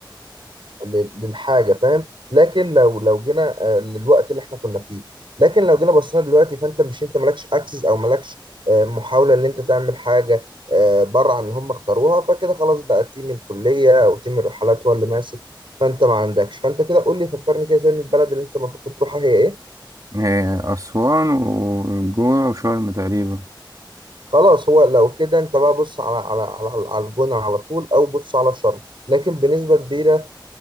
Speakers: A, on the right; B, on the right.
A: لل- للحاجه فاهم لكن لو لو جينا آه، للوقت اللي احنا كنا فيه لكن لو جينا بصينا دلوقتي فانت مش انت مالكش اكسس او مالكش آه، محاوله ان انت تعمل حاجه آه، بره عن اللي هم اختاروها فكده خلاص بقى تيم الكليه او تيم الرحلات هو اللي ماسك فانت ما عندكش فانت كده قول لي فكرني كده تاني البلد اللي انت المفروض كنت تروحها هي ايه
B: إيه، اسوان والجونة وشرم تقريبا
A: خلاص هو لو كده انت بقى بص على على على, على الجونة على طول او بص على شرم لكن بنسبة كبيرة آه،